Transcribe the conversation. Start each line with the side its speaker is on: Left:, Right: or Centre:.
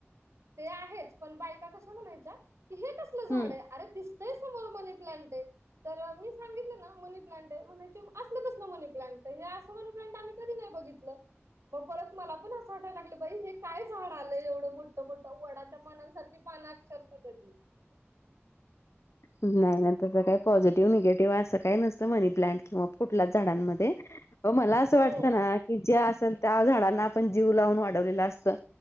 Right: ते आहेच, पण बायका कशा म्हणायच्या की, हे कसल झाड
Left: हम्म.
Right: ये? अरे दिसतंय समोर मनी प्लांट आहे. तर अ मी सांगितलं ना मनी प्लांट आहे, म्हणायचे म असलं कसलं मनी प्लांट आहे, हे अस मनी प्लांट आम्ही कधी नाही बघित ल मग परत मला पण असं वाटयला लागलं बाई हे काय झाड आलं, एवढं मोठ तो मोठा वडाच्या पानांसारखी पान अक्षरशः त्याची.
Left: नाही नाही, तसं काही पॉझिटिव्ह,
Right: खूप
Left: निगेटिव्ह असं काही नस त मनी प्लांट किंवा कुठल्याच झाडांमध्ये, अ मला असं
Right: हो
Left: वाटतं ना की ज्या असेल त्या झाडांना, आपण जीव लावून वाढवलेलं असतं.